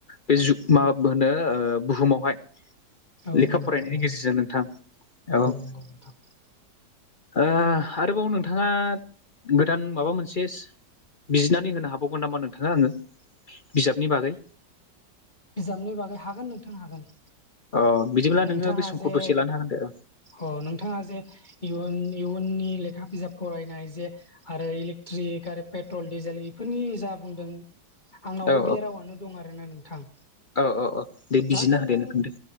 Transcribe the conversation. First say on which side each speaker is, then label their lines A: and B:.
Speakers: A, on the left; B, on the left.
A: बे माबा होनो बुहुमावहाय
B: औ
A: लेखा फरायनायनि
B: नोंथां नंगौ
A: गेजेरजों नोंथां औ
B: <unintelligible>
A: ओ आरोबाव नोंथाङा गोदान माबा मोनसे बिजिरनानै होनो हाबावगोन नामा नोंथाङा आङो बिजाबनि बागै
B: बिजाबनि बागै हागोन नोंथां हागोन
A: अ बिदिब्ला
B: नोंथाङा
A: नोङो बे समखौ
B: जे
A: दसे लानो हागोन दे
B: अ नोंथाङा जे इयुन इयुननि लेखा बिजाब फरायनाय जे आरो इलेक्ट्रिक आरो पेट्रल डिजेल बेफोरनि जा बुंदों आंनावबो
A: औ
B: बे रावानो दं आरोना नोंथां
A: औ औ औ दे बिजिना
B: दा जोङो
A: होदो नोंथां दे